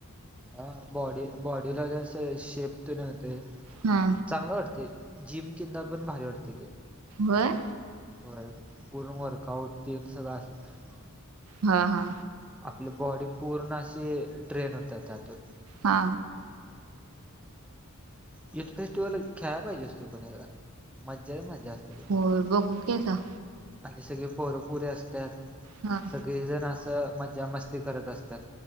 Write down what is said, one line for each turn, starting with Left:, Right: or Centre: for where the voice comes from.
Centre: हा... बॉडी... बॉडीला असं शेप तेन येतोय
Right: हा
Centre: चांगलं वाटतंय... जिम किंदा पण भारी वाटतंय ते
Right: व्हय
Centre: होय.. पूर्ण वर्कआउट... तेन सगळं असतं
Right: हा हा
Centre: आपली बॉडी पूर्ण अशी... ट्रेन होते त्यातून
Right: हा
Centre: युथ फेस्टिवल खेळाय पाहिजे असतो... पण एकदा... मज्जा ही मज्जा असते
Right: हो बघू की आता....
Centre: आणि सगळे पोर पोरी असतात.
Right: हां.....
Centre: सगळेजण असं मजा मस्ती करत असतात...